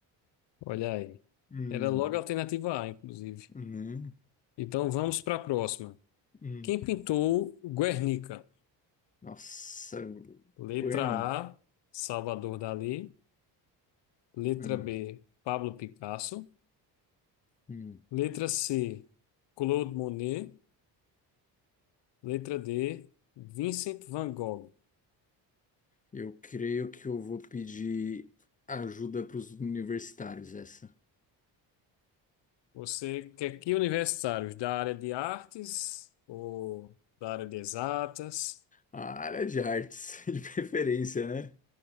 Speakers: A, on the left; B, on the left.
A: Olha aí.
B: Hum,
A: Era logo a alternativa A, inclusive.
B: né?
A: Então vamos para a próxima.
B: Hum.
A: Quem pintou Guernica?
B: Nossa,
A: Letra
B: Gwen.
A: A, Salvador Dalí. Letra
B: Ah,
A: B, Pablo Picasso.
B: hum.
A: Letra C, Claude Monet. Letra D, Vincent Van Gogh.
B: Eu creio que eu vou pedir ajuda para os universitários, essa.
A: Você quer que universitários da área de artes ou da área de exatas?
B: A área de artes, <laughs> de preferência, né?